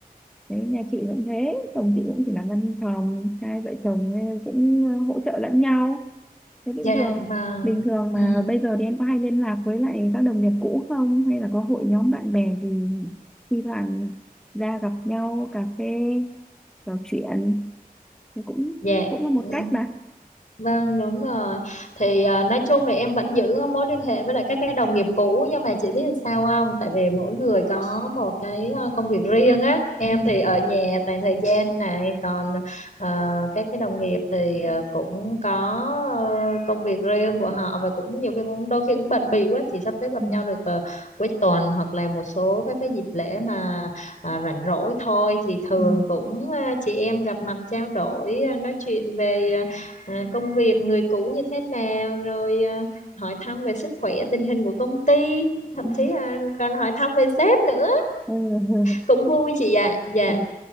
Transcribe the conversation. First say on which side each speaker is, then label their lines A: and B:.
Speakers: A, in the centre; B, on the left (about 55°).
A: Đấy, nhà chị cũng thế, chồng chị cũng chỉ làm văn phòng, hai vợ chồng ờ, cũng ờ, hỗ trợ lẫn nhau Thế bình
B: Dạ
A: thường
B: vâng,
A: bình thường mà
B: ừ,
A: bây giờ thì em có hay liên lạc với lại các đồng nghiệp cũ không hay là có hội nhóm bạn bè gì thi thoảng ra gặp nhau cà phê trò chuyện thì cũng
B: dạ
A: cũng là một
B: ừ.
A: cách mà
B: Vâng đúng rồi thì à, nói chung là em vẫn giữ mối liên hệ với lại các cái đồng nghiệp cũ nhưng mà chị biết là sao không tại vì mỗi người có một cái à, công việc riêng á em
A: ừ.
B: thì ở nhà toàn thời gian này còn à, các cái đồng nghiệp thì à, cũng có à, công việc riêng của họ và cũng nhiều khi cũng đôi khi cũng bận bịu quá chỉ sắp xếp gặp
A: Ừ.
B: nhau được à, cuối tuần hoặc là một số các cái dịp lễ mà à, rảnh rỗi thôi thì thường
A: Ừ.
B: cũng à, chị em gặp mặt trao đổi à, nói chuyện về à, à, công việc người cũ như thế nào rồi à, hỏi thăm về sức khỏe tình hình của công ty thậm
A: Ừ.
B: chí là còn hỏi thăm về sếp nữa
A: Ừ.
B: cũng
A: <laughs>
B: vui chị ạ dạ
A: Ừ.